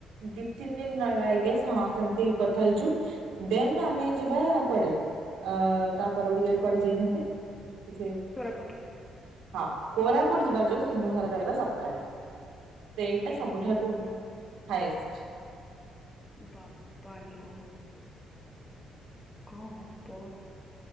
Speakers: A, on the right; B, on the left.
A: ଦି ତିନି ଦିନ ରହିବା ଆଗେ ହଁ ସେମିତି କଥା ହେଇଚୁ। ଦେନ୍ ଆମେ ଯିବା କୁଆଡେ ଅ ତା ପର ଇୟର କୁଆଡେ ଯାଇଥାନ୍ତେ? ଟିକେ
B: କୋରାପୁଟ।
A: ହଁ କୋରାପୁଟ ଯିବା ଯୋଉ ସିନୁ ଘରେ ରହିବା ସପ୍ତାହେ। ସେଇଟା
B: ଏ
A: ସବୁଠାରୁ ହଏଷ୍ଟ।
B: ବାପାଲୋ। କଁ ହବ?